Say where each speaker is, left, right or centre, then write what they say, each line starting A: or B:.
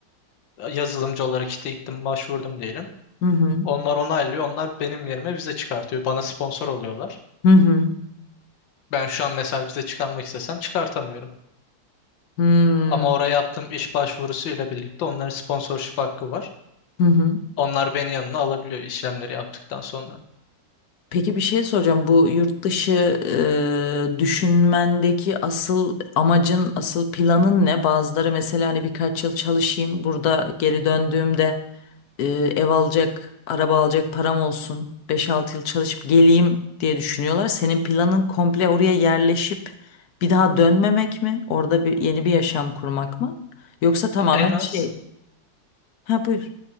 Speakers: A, on the left (about 85°); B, on the left (about 65°).
A: Yazılımcı olarak işte gittim başvurdum diyelim.
B: Hı hı.
A: Onlar onaylıyor. Onlar benim yerime vize çıkartıyor. Bana sponsor oluyorlar.
B: Hı hı.
A: Ben şu an mesela vize çıkarmak istesem çıkartamıyorum.
B: Hmm.
A: Ama oraya yaptığım iş başvurusuyla birlikte onların sponsorship hakkı var.
B: Hı hı.
A: Onlar beni yanına alabiliyor işlemleri yaptıktan sonra.
B: Peki bir şey soracağım. Bu yurt dışı e, düşünmendeki asıl amacın, asıl planın ne? Bazıları mesela hani birkaç yıl çalışayım, burada geri döndüğümde e, ev alacak, araba alacak param olsun, beş altı yıl çalışıp geleyim diye düşünüyorlar. Senin planın komple oraya yerleşip bir daha dönmemek mi? Orada bir yeni bir yaşam kurmak
A: Hı hı.
B: mı? Yoksa tamamen
A: En az
B: şey. Ha buyur.